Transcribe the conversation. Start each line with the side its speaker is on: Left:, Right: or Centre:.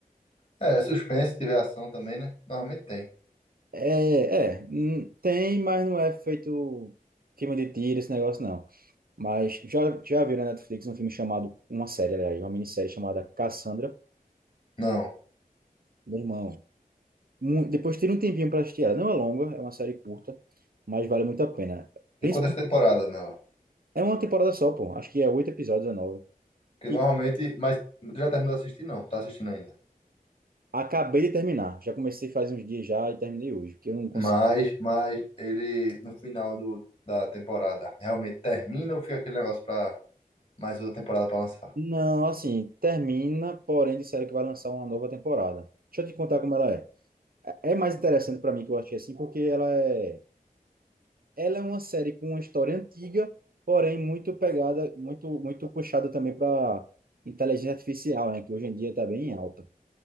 Left: É, é suspense, se tiver ação também, né? Normalmente tem.
Right: É, é. Hum, Tem, mas não é feito filme de tiro, esse negócio, não. Mas já, já viu na Netflix um filme chamado, uma série, aliás, uma minissérie chamada Cassandra,
Left: Não.
Right: meu irmão. Mu- Depois tira um tempinho para assistir ela. Não é longa, é uma série curta, mas vale muito a pena.
Left: Tem
Right: Principalmente,
Left: quantas temporadas nela?
Right: é uma temporada só, pô. Acho que é oito episódios ou nove.
Left: Porque
Right: Que
Left: normalmente... Mas tu já terminou de assistir? Não. Tá assistindo ainda.
Right: acabei de terminar. Já comecei faz uns dias já e terminei hoje, porque eu não consigo.
Left: Mas, mas ele, no final do, da temporada, realmente termina ou fica aquele negócio pra mais outra temporada pra lançar?
Right: Não, assim, termina, porém disseram que vai lançar uma nova temporada. Deixa eu te contar como ela é. É é mais interessante para mim que eu achei assim, porque ela é Ela é uma série com uma história antiga, porém muito pegada, muito muito puxada também para inteligência artificial, né? Que hoje em dia está bem em alta.